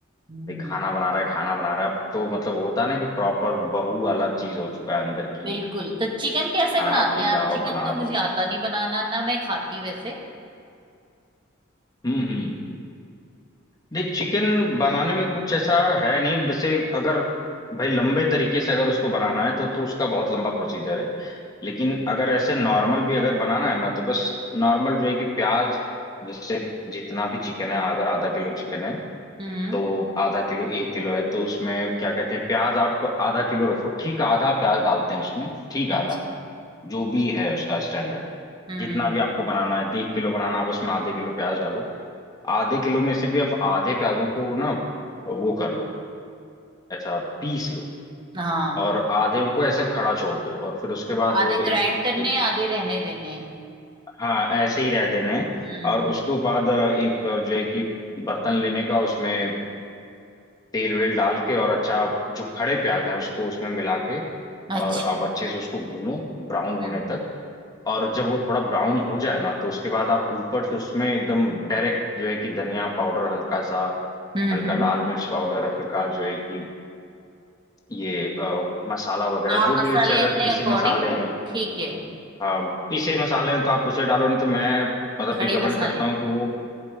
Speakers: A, on the right; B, on the left.
A: हम्म
B: भाई खाना बना रहा है खाना बना रहा है अब तो मतलब होता है ना कि प्रॉपर बहू वाला चीज हो चुका है अंदर की
A: बिल्कुल तो चिकन कैसे
B: हाँ
A: बनाते
B: भाई
A: हैं आप
B: लाओ
A: चिकन
B: बना
A: तो मुझे
B: देंगे
A: आता नहीं बनाना ना मैं खाती वैसे
B: हम्म हम्म नहीं चिकन बनाने में कुछ ऐसा है नहीं वैसे अगर भाई लंबे तरीके से अगर उसको बनाना है तो तो उसका बहुत लंबा प्रोसीजर है लेकिन अगर ऐसे नॉर्मल भी अगर बनाना है ना तो बस नॉर्मल जो है कि प्याज जैसे जितना भी चिकन है अगर आधा किलो चिकन है
A: हम्म
B: तो आधा किलो एक किलो है तो उसमें क्या कहते हैं प्याज आप आधा किलो रखो ठीक आधा प्याज डालते हैं उसमें ठीक
A: अच्छा
B: आधा जो भी है उसका स्टैंडर्ड
A: हम्म
B: जितना भी आपको बनाना है आधे किलो बनाना आप उसमें आधे किलो प्याज डालो आधे किलो में से भी आप आधे प्याजों को ना वो कर लो ऐसा पीस लो
A: हाँ
B: और आधे उनको ऐसे खड़ा छोड़ दो और फिर उसके बाद वो
A: आधे
B: एक
A: ग्राइंड करने
B: एक
A: हैं, आधे रहने देने हैं।
B: हाँ ऐसे ही रह देने
A: हम्म
B: और उसके बाद एक जो है कि बर्तन लेने का उसमें तेल वेल डाल के और अच्छा जो खड़े प्याज हैं उसको उसमें मिला के
A: अच्छा
B: और अब अच्छे से उसको भूनो ब्राउन होने
A: हम्म
B: तक और जब वो थोड़ा ब्राउन हो जाए ना तो उसके बाद आप ऊपर से उसमें एकदम डायरेक्ट जो है कि धनिया पाउडर हल्का सा
A: हम्म
B: हल्का
A: हम्म।
B: लाल मिर्च पाउडर हल्का जो है कि ये अ, मसाला वगैरह
A: हाँ
B: जो
A: मसाले
B: भी है जैसे अगर
A: अपने
B: पीसे
A: अकॉर्डिंग
B: मसाले हैं
A: ठीक है
B: अ, पीसे मसाले हैं तो आप उसे डालो नहीं तो मैं मतलब
A: खड़े
B: रिकमेंड
A: मसाले
B: करता हूँ कि वो